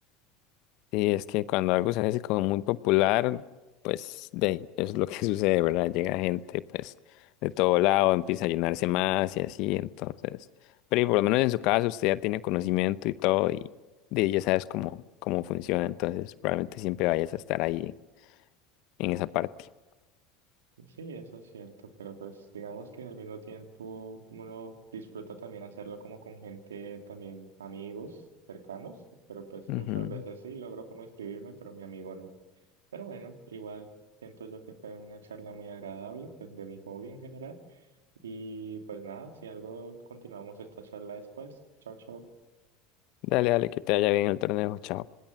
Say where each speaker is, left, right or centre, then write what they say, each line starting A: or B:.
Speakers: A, on the left (about 60°); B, on the right (about 80°).
A: Sí, es que cuando algo se hace como muy popular, pues de ahí, <laughs> eso es lo que <laughs> sucede, ¿verdad? Llega gente pues de todo lado, empieza a llenarse más y así, entonces, pero y por lo menos en su caso usted ya tiene conocimiento y todo y de, ya sabes cómo, cómo funciona, entonces probablemente siempre vayas a estar ahí en, esa parte.
B: Sí, eso es cierto, pero pues digamos que al mismo tiempo uno disfruta también hacerlo como con gente también amigos cercanos, pero pues
A: Ujú.
B: muchas veces sí logro como inscribirme, pero mi amigo no. Pero bueno, igual siento yo que fue una charla muy agradable, pues de mi hobby en general. Y pues nada, si algo continuamos esta charla después. Chao, chao.
A: Dale, dale, que te vaya bien el torneo, chao.